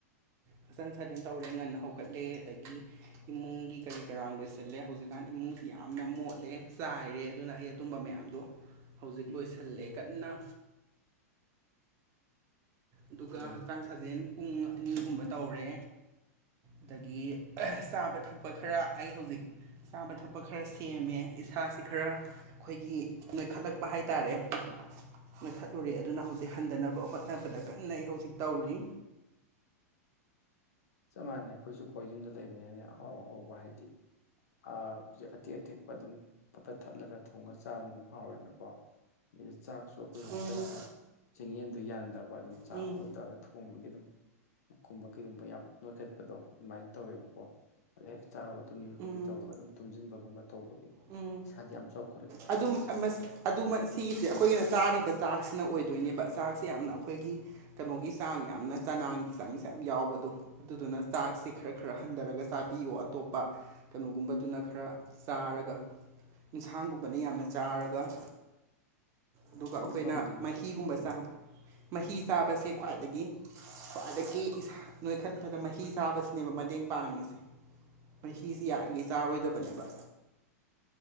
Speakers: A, on the right; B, on the left.
A: ꯍꯛꯆꯥꯡ ꯁꯥꯖꯦꯟ ꯇꯧꯔꯦ ꯉꯟꯅ ꯍꯧꯒꯠꯂꯦ ꯑꯗꯒꯤ ꯏꯃꯨꯡꯒꯤ ꯀꯔꯤ ꯀꯔꯥꯡ ꯂꯣꯏꯁꯤꯜꯂꯦ ꯍꯧꯖꯤꯛꯀꯥꯟ ꯏꯃꯨꯡꯁꯤ ꯌꯥꯝꯅ ꯃꯣꯠꯂꯦ ꯆꯥꯏꯔꯦ ꯑꯗꯨꯅ ꯑꯩ ꯑꯗꯨꯝꯕ ꯃꯌꯥꯝꯗꯣ ꯍꯧꯖꯤꯛ ꯂꯣꯏꯁꯤꯜꯂꯦ ꯀꯟꯅ ꯑꯗꯨꯒ
B: ꯎꯝ
A: ꯍꯛꯆꯥꯡ ꯁꯥꯖꯦꯟ ꯄꯨꯡ ꯑꯅꯤꯒꯨꯝꯕ ꯇꯧꯔꯦ ꯑꯗꯒꯤ ꯆꯥꯕ ꯊꯛꯄ ꯈꯔ ꯑꯩ ꯍꯧꯖꯤꯛ ꯆꯥꯕ ꯊꯛꯄ ꯈꯔ ꯁꯦꯝꯃꯦ ꯏꯁꯥꯥꯁꯦ ꯈꯔ ꯑꯩꯈꯣꯏꯒꯤ ꯅꯣꯏꯈꯠꯂꯛꯄ ꯍꯥꯏ ꯇꯥꯔꯦ ꯅꯣꯏꯈꯠꯂꯨꯔꯦ ꯑꯗꯨꯅ ꯍꯧꯖꯤꯛ ꯍꯟꯗꯅꯕ ꯍꯣꯠꯅꯕꯗ ꯀꯟꯅ ꯑꯩ ꯍꯧꯖꯤꯛ ꯇꯧꯔꯤ
B: ꯆꯞ ꯃꯥꯟꯅꯩ ꯑꯩꯈꯣꯏꯁꯨ ꯀꯣ ꯌꯨꯝꯗ ꯂꯩꯕꯅꯤꯅꯅꯦ ꯑꯍꯥꯎ ꯑꯍꯥꯎꯕ ꯍꯥꯏꯗꯤ ꯑ ꯍꯧꯖꯤꯛ ꯑꯇꯦꯛ ꯑꯇꯦꯛꯄ ꯑꯗꯨꯝ ꯄꯠ ꯄꯠ ꯊꯠꯂꯒ ꯊꯣꯡꯉ ꯆꯥꯕ ꯑꯗꯨꯝ ꯍꯥꯎꯋꯦꯅꯀꯣ ꯑꯗꯒꯤ ꯆꯥꯛꯁꯨ ꯑꯩꯈꯣꯏ ꯍꯟꯗꯛꯇꯨ
A: ꯎꯝ
B: ꯆꯦꯡꯌꯦꯟꯗꯨ ꯌꯥꯟꯗꯕ ꯑꯗꯨꯝ ꯆꯥꯛꯑꯐ
A: ꯎꯝ
B: ꯇꯗ ꯊꯣꯡꯕꯒꯤ ꯑꯗꯨꯝ ꯀꯨꯝꯕ ꯀꯩꯒꯨꯝꯕ ꯌꯥꯝ ꯅꯣꯏꯈꯠꯄꯗꯣ ꯑꯗꯨꯃꯥꯏꯅ ꯇꯧꯋꯦꯕꯀꯣ ꯑꯗꯩ ꯍꯦꯛ ꯆꯥꯔꯒ ꯇꯨꯝꯕꯤ
A: ꯎꯝ
B: ꯈꯣꯠꯄꯤ ꯇꯧꯔꯒ ꯑꯗꯨꯝ ꯇꯨꯝꯖꯤꯟꯕꯒꯨꯝꯕ ꯇꯧꯕꯒꯤ
A: ꯎꯝ
B: ꯏꯁꯥꯗꯤ ꯌꯥꯝ ꯆꯥꯎ__
A: ꯑꯗꯨꯝ ꯑꯃꯁ ꯑꯠ__ ꯑꯗꯨꯃ ꯁꯤꯒꯤꯁꯦ ꯑꯩꯈꯣꯏꯒꯤꯅ ꯆꯥꯔꯤꯕ ꯆꯥꯛꯁꯤꯅ ꯑꯣꯏꯗꯣꯏꯅꯦꯕ ꯆꯥꯛꯁꯦ ꯌꯥꯝꯅ ꯑꯩꯈꯣꯏꯒꯤ ꯀꯅꯣꯒꯤ ꯆꯥꯡ ꯌꯥꯝꯅ ꯆꯅꯥꯡꯒꯤ ꯆꯥꯡꯁꯦ ꯌꯥꯝ ꯌꯥꯎꯕꯗꯣ ꯑꯗꯨꯗꯨꯅ ꯆꯥꯛꯁꯦ ꯈꯔ ꯈꯔ ꯍꯟꯗꯔꯒ ꯆꯥꯕꯤꯌꯣ ꯑꯇꯣꯞꯄ ꯀꯅꯣꯒꯨꯝꯕꯗꯨꯅ ꯈꯔ ꯆꯥꯔꯒ ꯏꯟꯁꯥꯡꯒꯨꯝ ꯕꯅ ꯌꯥꯝꯅ ꯆꯥꯔꯒ ꯑꯗꯨꯒ ꯑꯩꯈꯣꯏꯅ
B: ꯑꯗꯨꯝ ꯉꯝꯗꯦꯅꯦ
A: ꯃꯍꯤꯒꯨꯝꯕ
B: ꯎꯝ
A: ꯆꯥꯕ ꯃꯍꯤ ꯆꯥꯕꯁꯦ ꯈ꯭ꯋꯥꯏꯗꯒꯤ ꯈ꯭ꯋꯥꯢꯗꯒꯤ ꯢꯁꯥ ꯅꯣꯢꯈꯠꯄꯗ ꯃꯍꯤ ꯆꯥꯕꯁꯤꯅꯦꯕ ꯃꯇꯦꯡ ꯄꯥꯡꯉꯤꯁꯦ ꯃꯍꯤꯁꯦ ꯌꯥꯔꯤꯒꯩ ꯆꯥꯔꯣꯢꯗꯕꯅꯦꯕ